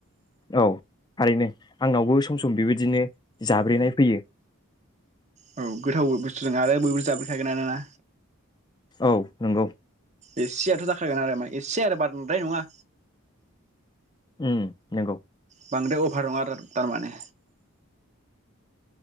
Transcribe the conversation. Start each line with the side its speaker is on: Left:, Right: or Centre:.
Left: औ थारैनो आंनावबो सम सम बेबायदिनो जाब्रेनाय फैयो
Right: औ गोथाव बुस्थु जानो आरो बयबो जाबैखागोन आनो ना
Left: औ नंगौ
Right: एसेयाथ' जाखागोन आरो माने एसे आरो बांद्राय नङा
Left: उम नोंगौ
Right: बांद्राय अभार नङा तारमाने